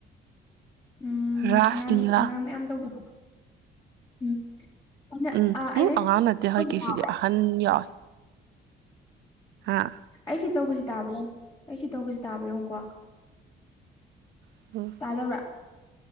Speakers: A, on the left; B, on the right.
A: ꯎꯝ
B: ꯔꯥꯁ
A: ꯑꯉꯥꯡ
B: ꯂꯤꯂꯥ
A: ꯑꯉꯥꯡ ꯃꯌꯥꯝ ꯇꯧꯕꯗ ꯎꯝ ꯑꯩꯅ
B: ꯎꯝ
A: ꯑꯥ ꯑꯩꯅ
B: ꯎꯝ ꯑꯉꯥꯎ ꯅꯠꯇꯦ
A: ꯍꯧꯖꯤꯛ
B: ꯍ ꯀꯦ
A: ꯇꯥꯕ꯭ꯔꯥ
B: ꯁꯤꯗꯤ ꯑꯍꯥꯟ ꯌꯥꯎꯋꯏ ꯍꯥꯥ
A: ꯑꯩꯁꯤ ꯇꯧꯕꯁꯤ ꯇꯥꯕ ꯌꯥ ꯑꯩꯁꯤ ꯇꯧꯕꯁꯤ ꯇꯥꯕ ꯌꯥ ꯌꯦꯨꯀꯣ
B: <unintelligible>
A: ꯊꯥꯗꯕ꯭ꯔꯥ